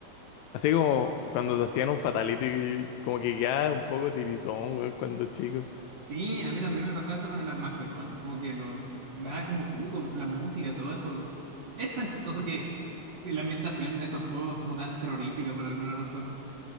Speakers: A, on the left; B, on the right.
A: Así como cuando te hacían un fatality, como que ya un poco tiritón, weón, cuando chico.
B: Sí, a mí también me pasaba eso con el Armagedón. Como que lo, me
A: Oh,
B: da como cuco, la música, todo eso. Es tan chistoso
A: Sí.
B: que la ambientación de esos juegos es como tan terrorífica por alguna razón.